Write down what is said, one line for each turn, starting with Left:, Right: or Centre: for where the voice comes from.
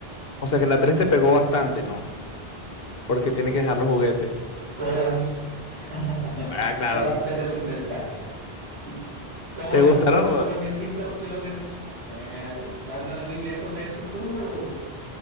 Left: O sea que la tres te pegó bastante, ¿no? porque tiene que dejar los juguetes.
Right: Todas. <laughs>
Left: Ah, claro.
Right: Todas tienen su mensaje. Y- ¿Cómo
Left: ¿Te Sí.
Right: la
Left: gustaron?
Right: ves con, con mis cinco opciones? Eh, ¿andas muy lejos de eso tú? o-